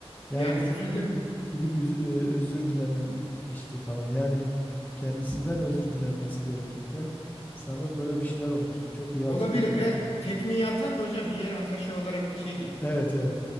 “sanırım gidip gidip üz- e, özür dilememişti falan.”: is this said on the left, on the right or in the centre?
Left